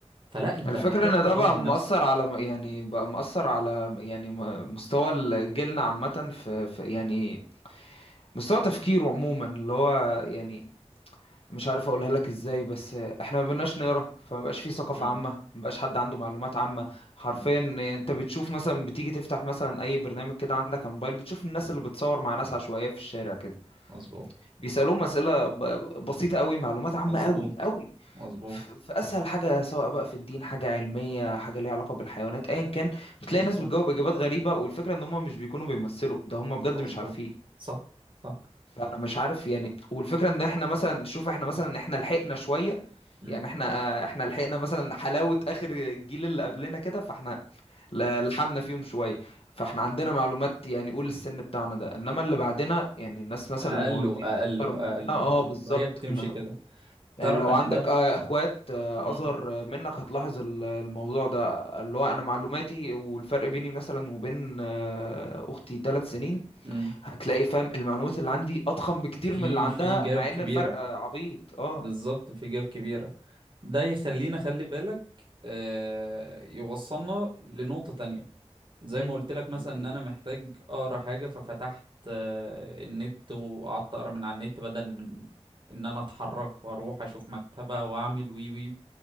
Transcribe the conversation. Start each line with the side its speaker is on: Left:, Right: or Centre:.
Right: فلا انت
Left: الفكرة
Right: محتاج
Left: إن
Right: تطور
Left: ده بقى
Right: من
Left: مؤثر
Right: نفسك
Left: على م- يعني بقى مؤثر على م- يعني م- مستوى ال- جيلنا عامة في... في يعني مستوى تفكيره عموما اللي هو يعني مش عارف اقولها لك ازاي بس احنا ما بقيناش نقرا فما بقاش في ثقافه
Right: مم.
Left: عامه ما بقاش حد عنده معلومات عامه حرفيا
Right: مم.
Left: انت بتشوف مثلا بتيجي تفتح مثلا اي برنامج كده عندك على الموبايل بتشوف الناس اللي بتصور مع ناس عشوائيه في الشارع كده
Right: مظبوط
Left: بيسالوهم اسئله ب- بسيطه قوي معلومات
Right: مظبوط
Left: عامه قوي قوي
Right: مظبوط
Left: ف- في اسهل حاجه سواء بقى في الدين حاجه علميه حاجه ليها علاقه بالحيوانات ايا كان بتلاقي
Right: مظبوط
Left: ناس بتجاوب اجابات غريبه والفكره ان هم مش بيكونوا بيمثلوا ده هم
Right: مظبوط
Left: بجد مش عارفين
Right: صح صح
Left: فانا مش عارف يعني والفكره ان احنا مثلا شوف احنا مثلا احنا لحقنا شويه
Right: مم.
Left: يعني احنا احنا لحقنا مثلا حلاوة اخر الجيل اللي قبلنا كده فاحنا ل-
Right: مم.
Left: لحمنا فيهم شوية فاحنا عندنا معلومات يعني قول السن بتاعنا ده انما اللي بعدنا يعني الناس مثلا
Right: اقله
Left: المولودين
Right: اقله
Left: اكتر مننا
Right: اقله
Left: اه
Right: اقله
Left: بالظبط
Right: وهي بتمشي
Left: لما-
Right: كده
Left: يعني
Right: تعرف
Left: لو
Right: ان
Left: عندك
Right: ده
Left: اه اخوات اه
Right: مم.
Left: اصغر آه، منك هتلاحظ ال- الموضوع ده اللي هو انا معلوماتي والفرق بيني مثلا وبين اه اختي ثلاث سنين
Right: مم.
Left: هتلاقي فاهم المعلومات اللي عندي اضخم بكتير
Right: في
Left: من اللي عندها
Right: في جاب
Left: مع ان
Right: كبيرة
Left: الفرق اه عبيط اه
Right: بالظبط في جاب كبيرة ده يخلينا خلي بالك آه، يوصلنا لنقطة تانية زي
Left: امم
Right: ما قلت لك مثلا
Left: ال-
Right: ان
Left: ال-
Right: انا محتاج اقرا حاجة ففتحت آه، النت وقعدت اقرا من على النت بدل من ان انا اتحرك واروح اشوف مكتبة واعمل وي وي